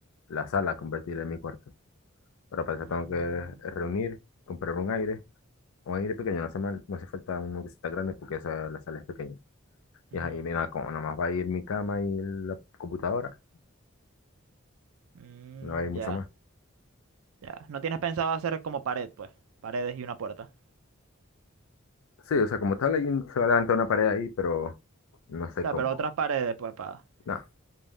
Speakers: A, on the left (about 80°); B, on the right (about 85°).
A: la sala, convertirla en mi cuarto, pero para eso
B: ujú,
A: tengo que reunir, comprar un aire, un aire pequeño, no hace mal, no hace falta uno que sea grande porque esa, la sala es pequeña.
B: ujú.
A: Y es ahí, mira, como nada más va a ir mi cama y la computadora,
B: Mm,
A: no va a ir mucho
B: ya,
A: más.
B: ya. No tienes pensado hacer como pared, pues. Paredes y una puerta.
A: Sí, o sea, como tal, hay un, se va a levantar una pared ahí, pero no sé
B: O sea,
A: cómo.
B: pero otras paredes, pues, para.
A: No,